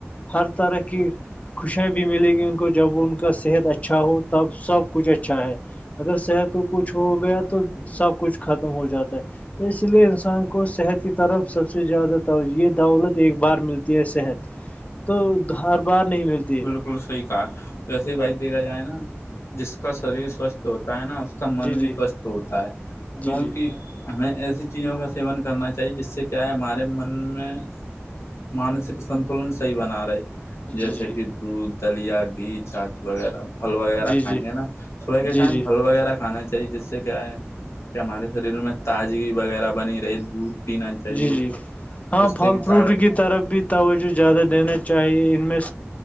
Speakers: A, on the left; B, on the left.
A: ہر طرح کی خوشیاں بھی ملیں گی ان کو جب ان کا صحت اچھا ہو تب سب کچھ اچھا ہے اگر صحت کو کچھ ہو گیا تو سب کچھ ختم ہو جاتا ہے تو اسی لیے انسان کو صحت کی طرف سب سے زیادہ توجہ یہ دولت ایک بار ملتی ہے صحت تو ہار بار نہیں ملتی ہے
B: کلسی کا ویسے بھائی دیکھا جائے نا جس کا شریر سوستھ ہوتا ہے نا اس اس کا من
A: جی جی
B: بھی سوستھ ہوتا ہے
A: جی
B: کیونک
A: جی
B: ہمیں ایسی چیزوں کا سیون کرنا چاہیے جس سے کیا ہے ہمارے من میں مانسک سنتلن سے صحی بنا رہے
A: جی
B: جیسے
A: جی
B: کہ دودھ دلیا گھی چاچ وغیرہ پھل وغیرہ
A: جی
B: کھاے
A: جی
B: نا صبح
A: جی
B: کے ٹائم
A: جی
B: پھل وغیرہ کھا ناچاہیے جس سے کیا ہے کہ ہمارے شریر میں تازگی وغیرہ بنی رہی دودھ پینا چاہیے
A: جی جی ہاں
B: جس
A: پھل
B: سے کہ
A: فروٹ
B: طاقت
A: کی طرف بھی توجہ زیادہ دینا چاہیے ان میں